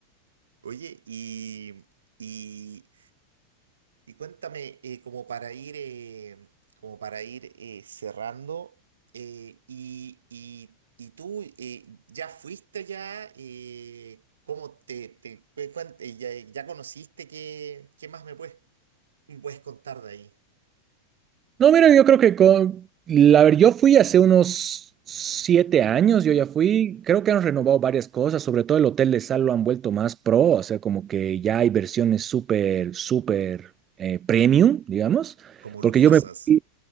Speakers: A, on the right; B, on the right.
A: Oye, y, y, y cuéntame, eh, como para ir, eh, como para ir eh, cerrando, eh, y, y, y tú eh, ya fuiste ya, eh, ¿cómo te, te- cu- cuán- eh, ya, ya conociste? ¿Qué, qué más me puedes Y puedes contar de ahí,
B: No, mira, yo creo que con... La ver, yo fui hace unos siete años, yo ya fui, creo que han renovado varias cosas, sobre todo el hotel de sal lo han vuelto más pro, o sea, como que ya hay versiones súper, súper eh, premium, digamos,
A: como
B: porque
A: lujosas.
B: yo me... fui